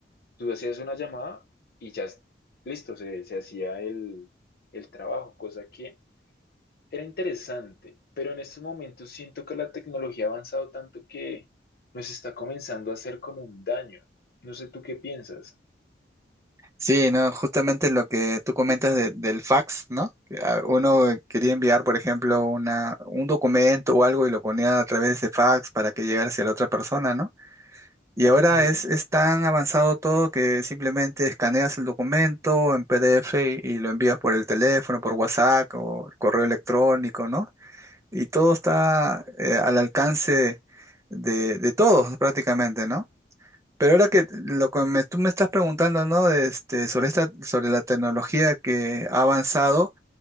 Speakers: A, on the left; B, on the right.
A: Tú hacías una llamada y ya, listo, se, se hacía el, el trabajo, cosa que... Era interesante, pero en estos momentos siento que la tecnología ha avanzado tanto que nos está comenzando a hacer como un daño. No sé tú qué piensas.
B: Sí, ¿no? Justamente lo que tú comentas de- del fax, ¿no? Que, ah, Uno quería enviar, por ejemplo, una, un documento o algo y lo ponía a través de ese fax para que llegara hacia la otra persona, ¿no? Y ahora
A: Mm.
B: es, es tan avanzado todo que simplemente escaneas el documento en PDF y, y lo envías por el teléfono, por WhatsApp o el correo electrónico, ¿no? Y todo está eh, al alcance de, de todos prácticamente, ¿no? Pero ahora que lo que me- tú me estás preguntando, ¿no? De este, sobre esta, sobre la tecnología que ha avanzado,